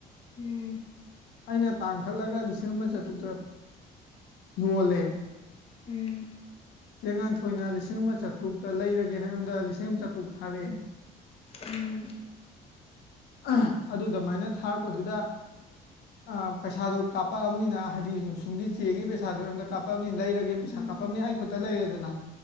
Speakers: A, on the left (about 35°); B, on the left (about 80°).
A: ꯎꯝ꯫
B: ꯑꯩꯅ ꯇꯥꯡꯈꯠꯂꯒ ꯂꯤꯁꯤꯡ ꯑꯃ ꯆꯥꯇ꯭ꯔꯨꯛꯇ ꯌꯣꯜꯂꯦ꯫
A: ꯎꯝ꯫
B: ꯆꯦ ꯉꯥꯟꯊꯣꯏꯅ ꯂꯤꯁꯤꯡ ꯑꯃ ꯆꯥꯇ꯭ꯔꯨꯛꯇ ꯂꯩꯔꯒꯦꯅ ꯑꯩꯉꯣꯟꯗ ꯂꯤꯁꯤꯡ ꯑꯃ ꯆꯥꯇ꯭ꯔꯨꯛ ꯊꯥꯔꯛꯑꯦ꯫
A: ꯎꯝ꯫
B: ꯑ ꯑꯗꯨꯗꯃꯥꯏꯅ ꯊꯥꯔꯛꯄꯗꯨꯗ ꯑ ꯄꯩꯁꯥꯗꯣ ꯀꯥꯞꯄꯛꯑꯕꯅꯤꯅ ꯍꯥꯏꯗꯤ <unintelligible> ꯁꯨꯝꯒꯤ ꯆꯦꯒꯤ ꯄꯩꯁꯥꯗꯣ ꯑꯉꯣꯟꯇ ꯀꯥꯞꯄꯝꯅꯤ ꯂꯩꯔꯒꯦ ꯄꯩꯁꯥ
A: ꯎꯝ
B: ꯀꯥꯞꯄꯕꯅꯤ ꯑꯩ ꯈꯨꯠꯇ ꯂꯩꯔꯦꯗꯅ꯫